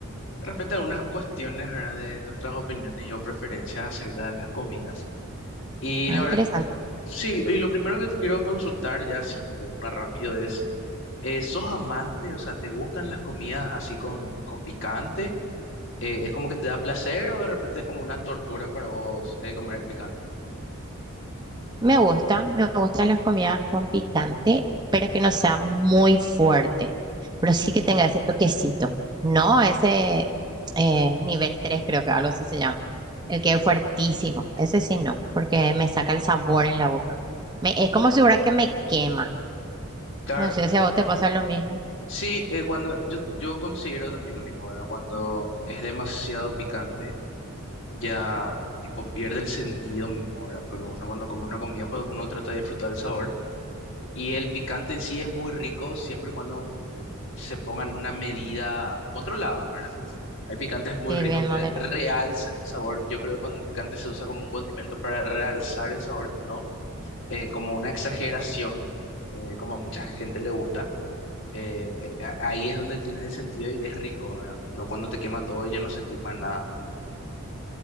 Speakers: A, on the left; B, on the right.
A: repente algunas cuestiones, ¿verdad? De nuestras opiniones y o preferencias acerca de las comidas. Y
B: Ah,
A: la
B: interesante.
A: verdad que, o s- sí, y lo primero que te quiero consultar, ya así de una rápido, es... Eh, ¿sos amante? O sea, ¿te gustan las comidas así con, con picante? Eh, ¿es como que te da placer o de repente es como una tortura para vos eh, comer el picante?
B: Me gusta, me gustan las comidas con picante, pero que no sea muy fuerte, pero sí que tenga ese toquecito, ¿no? Ese eh, nivel 3, creo que algo así se llama, el que es fuertísimo, ese sí no, porque me saca el sabor en la boca. Me- es como si fuera que me quema.
A: Claro,
B: No sé si a vos te pasa lo mismo.
A: sí, eh, cuando yo, yo considero también lo mismo, ¿verdad? Cuando es demasiado picante, ya tipo pierde el sentido mismo, ¿verdad? Porque uno cuando come una comida, pues uno trata de disfrutar el sabor. Y el picante en sí es muy rico siempre y cuando eh, se ponga en una medida controlada, ¿verdad? Hay picantes muy
B: Sí,
A: ricos
B: bien
A: que
B: moderado.
A: realzan el sabor. Yo creo que cuando el picante se usa como un condimento para realzar el sabor y no eh, como una exageración, eh, como a mucha gente le gusta. eh, eh, a- ahí es donde tiene el sentido y es rico, ¿verdad? No cuando te quema todo y ya no sentís más nada.